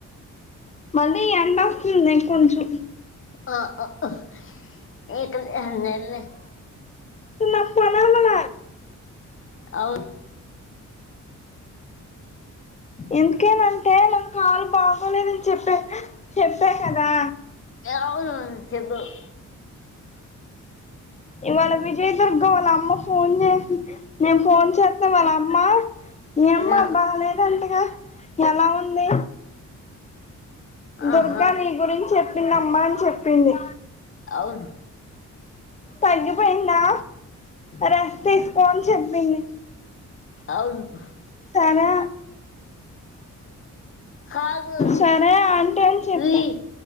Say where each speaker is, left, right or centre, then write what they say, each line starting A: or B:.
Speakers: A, on the left; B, on the left.
A: మళ్ళీ ఎండస్తుంది కొంచెం
B: ఆ ఆ ఆ ఇక్కడ ఎండే లే
A: సున్న పనామన
B: అవు
A: ఎందుకేనంటే నాకు కాలు బాగోలేదని చెప్పే చెప్పా కదా
B: అవును చెప్పావ్
A: ఇవాళ విజయదుర్గ వాళ్ళ అమ్మ ఫోన్ చేసి నేను ఫోన్ చేస్తే వాళ్ళ అమ్మ మీఅమ్మ
B: ఆ,
A: బాలేదంటగా ఎలా ఉంది దుర్గా
B: ఆహా
A: నీ గురించి చెప్పిందామ్మా అని చెప్పింది
B: అవును
A: తగ్గిపోయిందా రెస్ట్ తీసుకో అని చెప్పింది
B: అవును
A: సరే
B: కాదు అది
A: సరే ఆంటీ అని చెప్పాను
B: రీ